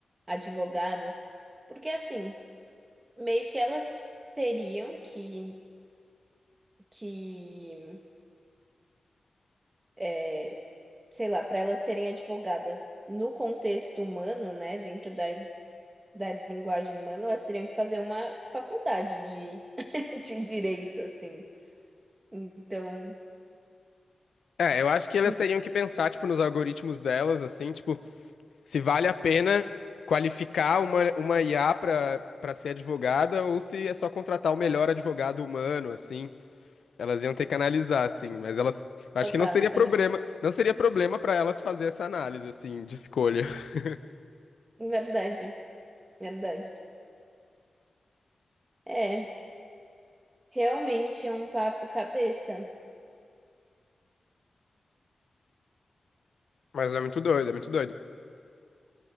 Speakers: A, on the right; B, on the left.
A: advogadas? Porque, assim, meio que elas que teriam que, que é, sei lá, para elas serem advogadas no contexto humano, né, dentro da, da linguagem humana, elas teriam que fazer uma faculdade de, <laughs> de direito, assim. Então,
B: É, eu acho que elas
A: hum,
B: teriam que pensar, tipo, nos algoritmos delas, assim, tipo, se vale a pena qualificar uma, uma IA pra, pra ser advogada ou se é só contratar o melhor advogado humano, assim. Elas iam ter que analisar, assim, mas elas. eu Acho
A: total,
B: que não seria
A: isso
B: problema,
A: é
B: não seria problema pra elas fazer essa análise, assim, de escolha. <laughs>
A: mais- verdade. Verdade. É, realmente é um papo cabeça.
B: Mas é muito doido, é muito doido.